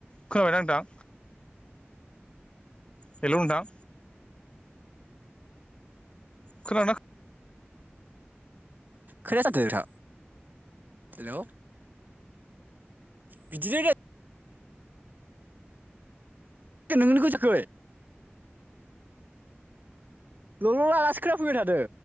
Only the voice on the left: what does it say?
खोनाबायना नोंथां हेल' नोंथां खोनादोंना